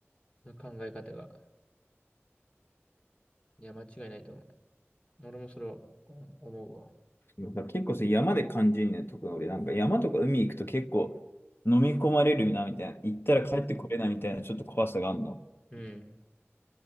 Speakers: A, on the left (about 25°); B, on the left (about 55°).
A: の考え方が。いや、間違いないと思う。俺もそれはお思うわ。
B: だから結構それ山で感じるね。特に俺なんか山とか海行くと結構飲み込まれるなみたいな。行ったら帰ってこれないみたいなちょっと怖さがあるの。
A: うん。うん